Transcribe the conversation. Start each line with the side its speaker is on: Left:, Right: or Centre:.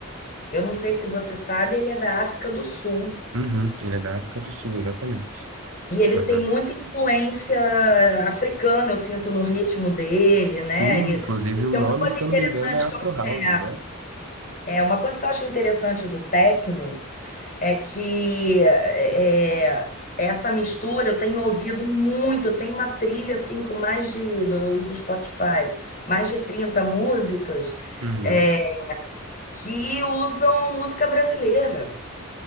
Left: eu não sei se você sabe, ele é da África do Sul
Right: Uhum, ele é da África do Sul, exatamente.
Left: e ele
Right: Aham.
Left: tem muita influência africana, eu sinto no ritmo dele, né?
Right: Sim,
Left: Ele,
Right: inclusive
Left: porque
Right: o
Left: é
Right: nome,
Left: uma coisa
Right: se
Left: interessante
Right: eu não me engano, é Afro
Left: que eu,
Right: House,
Left: é
Right: não é?
Left: é uma coisa que eu acho interessante do techno É que é, essa mistura eu tenho ouvido muito. Eu tenho uma trilha assim com mais de, eu uso o Spotify, mais de 30 músicas
Right: Uhum.
Left: é, que usam música brasileira.